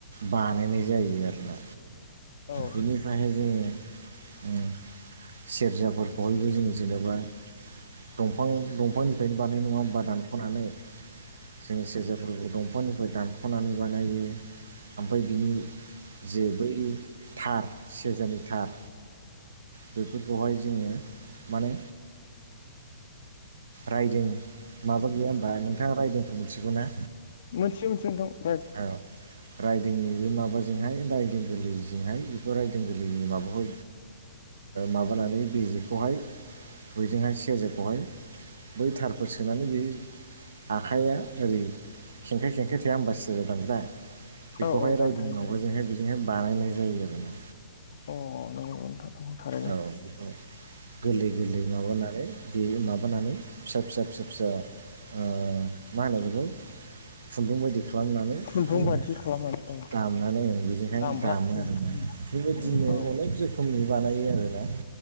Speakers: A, on the right (about 75°); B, on the left (about 60°).
A: बानायनाय जायो आरोना
B: औ
A: बिनिफ्रायहाय जोङो सेरजाफोरखौहायबो जों जेनेबा दंफां दंफांनिफ्रायनो बानायनाय नङा बाादानख'नानै जोङो सेरजाफोरखौ दंफांनिफ्राय दानख'नानै बानायो ओमफ्राय बिनि जेबोथार सजानि थार बेफोरखौहाय जोङो माने रायदों माबा गैया ह होनबा नोंथाङा रायदोंखौ मिथिगौना
B: मोनसे मोनसेोन दं
A: औ रायदोंनि बे माबाजोंहाय रायदों गोरलैजोंहाय जरायायदों गोरलैनि माबाखौ माबानानै बिजेखौहाय बयजोंहाय सेजेरखौहाय बै थारफोर सोनानै बे आखाइया ओरै खेंखाइ खेंखाइ थाया होमबसि जा दांग्रा बेखौहाय
B: औ औ दा
A: रायदिंनावबो
B: थाहैबाय
A: जोंहाय बेजोंहाय बानायनाय जायो आरो ना
B: अ नंगौ नोंथां थारैनो
A: औ बेखौ गोरलै गोरलै माबानानै बे माबानानै फिसा फिसा फिसा फिसा अ मा होन बिज खुन्दुं बायदि खालामनानै
B: खुन्दुं
A: बेखौनो
B: बायदि खालामनानै औ
A: दामनानै आं बेजोंहाय
B: दामग्रा
A: दामो
B: उम
A: आरोना बेबायदिनो
B: उम औ
A: अनेक रोखोमनि बानायो आरोना